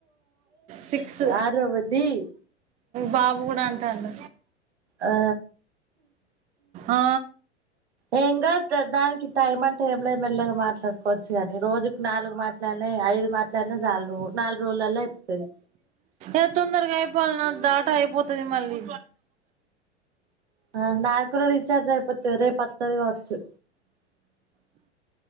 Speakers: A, on the right (about 20°); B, on the right (about 65°).
A: సిక్స్
B: ఆరోవది
A: బాబు కూడా అంటాండ్
B: ఆ
A: ఆ
B: ఏంకా దానికి టైం అంటే ఏమిలే మెల్లగా మాట్లాడుకోవచ్చు కాని రోజుకి నాలుగు మాట్లాడినాయిఐ మాట్లాడిన రాళ్లు నాలుగు రోజులల్లో చెప్తది
A: ఏ తొందరగా అయిపోలనా డేటా అయిపోతది మళ్ళీ
B: ఆ నాకు కూడా రీఛార్జ్ అయిపోతే రేపుత్తది కావచ్చు